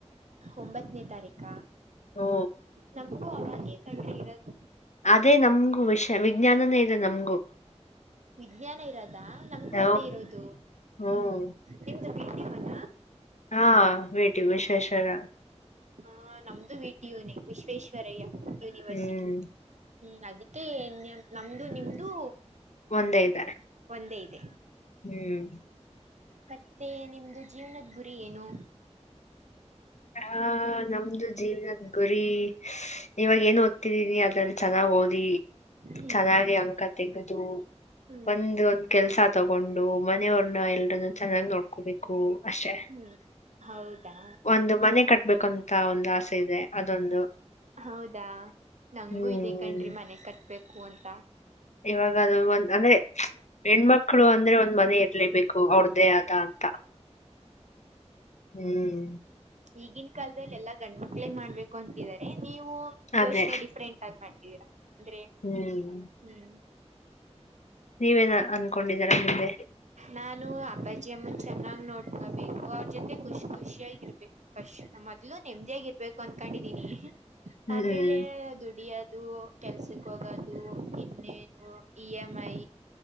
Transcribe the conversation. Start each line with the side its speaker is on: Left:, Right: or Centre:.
Right: ಒಂಬತ್ತನೇ ತಾರೀಕ.
Left: ಹ್ಮ
Right: ನಮಗೂ ಅವಾಗೇ ಕಂಡ್ರಿ ಇರದು.
Left: ಅದೇ ನಮ್ಗೂ ವಿಷ್ಯ ವಿಜ್ಞಾನನೇ ಇದೆ ನಮ್ಗು.
Right: ವಿಜ್ಞಾನ ಇರೋದ ನಮ್ಗೂ
Left: ಹ
Right: ಅದೇ ಇರೋದು
Left: ಹ್ಮ್
Right: ನಿಮ್ದ ಬಿಟಿ ಮನ.
Left: ಹಾ ಬಿಟಿ ವಿಶ್ವೇಷರ
Right: ಆ ನಮ್ದು ವೀಟ ಯೂನೇ ವಿಶ್ವೇಶ್ವರಯ್ಯ ಯೂನಿವೇರ್ಸಿಟಿ.
Left: ಹ್ಮ್
Right: ಹ್ಮ್ ಅದಿಕ್ಕೆ ನಮ್ದು ನಿಮ್ದು.
Left: ಒಂದೇ ಇದೆ.
Right: ಒಂದೇ ಇದೆ.
Left: ಹ್ಮ್
Right: ಮತ್ತೆ ನಿಮ್ದು ಜೀವ್ನುದ್ ಗುರಿ ಏನು.
Left: ಹಾ ನಮ್ದು ಜೀವ್ನುದ್ ಗುರಿ ಇವಾಗ ಏನು ಓದ್ತಿದೀನಿ ಅದ್ರಲ್ - ಚೆನ್ನಾಗ್ ಓದಿ
Right: ಹ್ಮ್
Left: ಚೆನ್ನಾಗಿ ಅಂಕ ತೆಗ್ದು.
Right: ಹ್ಮ್
Left: ಒಂದ ಒಂದ್ ಕೆಲ್ಸ ತಗೊಂಡು ಮನೆಯವ್ರನ್ನ ಎಲ್ರನ್ನು ಚೆನ್ನಾಗ್ ನೋಡ್ಕೋಬೇಕು ಅಷ್ಟೆ.
Right: ಹ್ಮ್ ಹೌದಾ
Left: ಒಂದು ಮನೆ ಕಟ್ಬೇಕುಂತ ಒಂದು ಆಸೆ ಇದೆ ಅದೊಂದು.
Right: ಹೌದಾ ನಂಗು
Left: ಹ್ಮ್
Right: ಇದೆ ಕಣ್ರಿ ಮನೆ ಕಟ್ಬೇಕು ಅಂತ.
Left: ಇವಾಗ ಅದು ಒಂದ್ ಅಂದ್ರೆ ಹೆಣ್ಮಕ್ಳು ಅಂದ್ರೆ ಒಂದ್ ಮನೆ ಇರ್ಲೇಬೇಕು ಅವ್ರದ್ದೇ ಆದ ಅಂತ. ಹ್ಮ್
Right: ಈಗಿನ್ ಕಾಲ್ದಲ್ಲಿ ಎಲ್ಲಾ ಗಂಡ್ಮಕ್ಳೇ ಮಾಡ್ಬೇಕು ಅಂತಿದಿದ್ದಾರೆ ನೀವು.
Left: ಅದೇ
Right: ಯೋಚ್ನೆ ಡಿಫ್ರಂಟ್ ಆಗಿ ಮಾಡ್ತಿದ್ದೀರಾ ಅಂದ್ರೆ
Left: ಹ್ಮ್
Right: ಹ್ಮ್.
Left: ನೀವೇನ್ ಅನ್ಕೊಂಡಿದ್ದೀರಾ ಮುಂದೆ.
Right: ನಾನು ಅಪಾಜಿ ಅಮ್ಮನ್ ಚೆನ್ನಾಗ್ ನೋಡ್ಕೋಬೇಕು ಅವ್ರ ಜೊತೆ ಖುಷ್ ಖುಷಿಯಾಗಿರ್ಬೇಕು. ಫಸ್ಟ್ ಮೊದ್ಲು ನೆಮ್ಮದಿಯಾಗಿ ಇರ್ಬೇಕು ಅನ್ಕೊಂಡಿದೀನಿ.
Left: ಹ್ಮ್
Right: ಆಮೇಲೆ ದುಡ್ಯದು. ಕೆಲ್ಸಕ್ ಹೋಗೋದು ಇನ್ನೇನು ಇ ಎಮ್ ಐ.